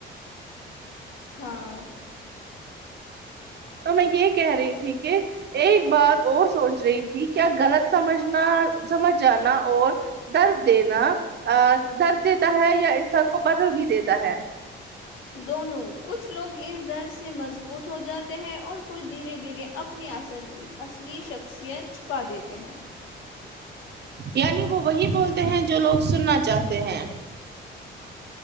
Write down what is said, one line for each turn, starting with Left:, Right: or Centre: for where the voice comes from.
Left: ہاں
Right: تو میں یہ کہہ رہی تھی کہ ایک بات اور سوچ رہی تھی کیا غلط سمجھنا سمجھ جانا اور درد دینا ا درد دیتا ہے یا انسان کو بدل بھی دیتا ہے
Left: دونوں کچھ لوگ اس درد سے مضبوط ہو جاتے ہیں اور کو دھیرے دھیرے اپنی اصل اصلی شخصیت چھپا دیتے ہیں
Right: یعنی وہ وہی بولتے ہیں جو لوگ سننا چاہتے ہیں